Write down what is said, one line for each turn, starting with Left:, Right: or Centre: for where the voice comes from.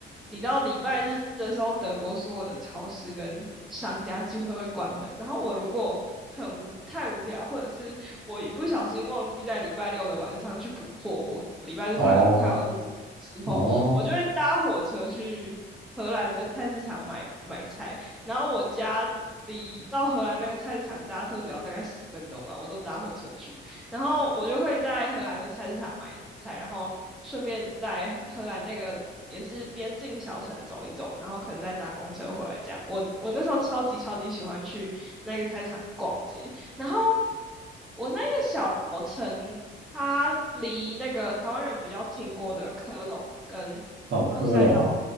Centre: 你到礼拜日的时候，德国所有的超市跟商家几乎都会关门，然后我如果很无太无聊，或者是我一不小心忘记在礼拜六的晚上去补货，我礼拜日快快要饿死的时候，
Right: 哦哦
Centre: 我就会搭火车去荷兰的菜市场买买菜，然后我家离到荷兰那个菜市场搭车只要大概十分钟吧，我都搭火车去，然后我就会在荷兰的菜市场买菜，然后顺便在荷兰那个。也是边境小城走一走，然后可能再搭公车回来这样。我我那时候超级超级喜欢去那个菜市场逛街，然后我那个小城，它离那个台湾人比较听过的科隆跟
Right: 哦，科隆
Centre: 杜塞岛，